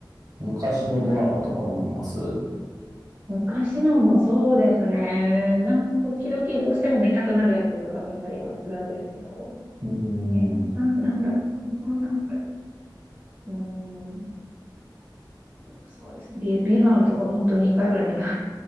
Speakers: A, on the right; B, on the right.
A: 昔のドラマとかも見ますう
B: うですね。昔のもそうですね。なんか、時々どうしても見たくなるやつは見たりはするんですけど。
A: ーん。
B: えー、な、なんだっけな、なんか、うーん、そうですね。ビ、ビバンとか本当に1回ぐらい見